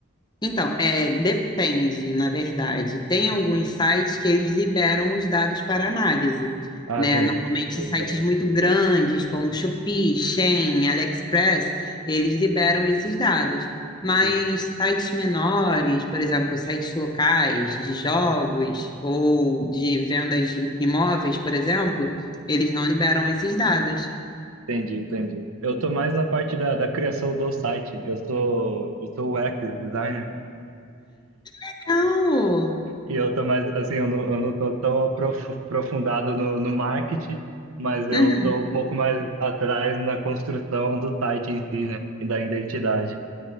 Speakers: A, on the left; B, on the right.
A: Então, é, depende, na verdade. Tem alguns sites que eles liberam os dados para análise,
B: Ah,
A: né?
B: entendi,
A: Normalmente
B: tem que ser
A: sites
B: liberado.
A: muito grandes, como Shopee, Shein, AliExpress, eles liberam esses dados. Mas
B: Sim,
A: sites menores, por exemplo, sites locais de jogos ou de vendas de imóveis, por exemplo, eles não liberam esses dados.
B: entendi, entendi. Eu tô mais na parte da, da criação do site. Eu sou, eu sou UX designer
A: Legal!
B: E eu tô mais, assim, eu não, eu não tô tão aprof- aprofundado no, no marketing, mas eu
A: Uhum.
B: tô um pouco mais atrás na construção do site em si, né? E da identidade.